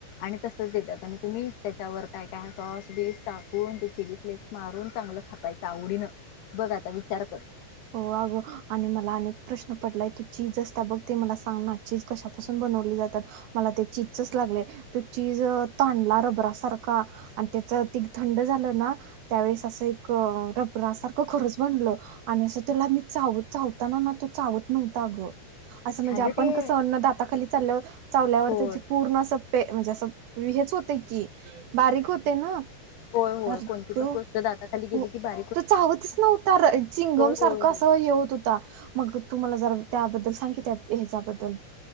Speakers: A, on the left (about 70°); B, on the right (about 65°).
A: आणि तसच देतात आणि तुम्ही त्याच्यावर काय काय सॉस बी टाकून ते चिली फ्लेक्स मारून चांगलं खात आवडीनं बघा आता विचार कर
B: हो अगं आणि मला अनेक प्रश्न पडलाय तू चीज असता बघ ते मला सांग ना चीज कशापासून बनवली जातात मला ते चीजच लागले तो चीज तांडला रबरा सारखा आणि त्याच तीघ थंड झालं ना त्यावेळेस असं एक रबरा सारखं खरंच बनलं आणि असं तुला मी चावत चावताना ना तो चावत नव्हता अगं असं म्हणजे
A: अगं
B: आपण
A: ते
B: कसं अन्नदाता खाली चाल्या चावल्यावर
A: होय
B: त्याची पूर्ण अस प म्हणजे असं हेच होते की बारीक होते ना
A: होय होय
B: तर
A: कोणती पण
B: तो
A: गोष्ट दाताली गेली
B: हो
A: की बा
B: तो चावतच नव्हता चिंगम
A: होय
B: सारखं
A: होय
B: अस हे होत होता मग तुम्हाला जर त्याबद्दल सांगित त्या हच्याबद्दल